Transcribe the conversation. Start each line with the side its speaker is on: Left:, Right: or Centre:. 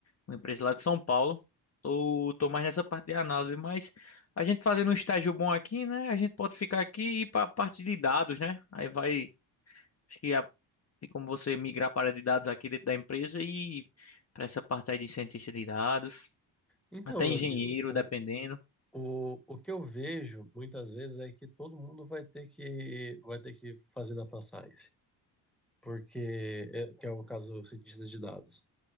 Left: uma empresa lá de São Paulo. Tô, tô mais nessa parte de análise, mas a gente fazendo um estágio bom aqui, né, a gente pode ficar aqui e ir para a parte de dados, né? Aí vai, acho que a- tem como você migrar para a área de dados aqui dentro da empresa e para essa parte aí de cientista de dados,
Centre: Então,
Left: até engenheiro,
Centre: meu amigo, o,
Left: dependendo.
Centre: o, o que eu vejo muitas vezes é que todo mundo vai ter que, vai ter que fazer data science, porque é, que é o caso do cientista de dados.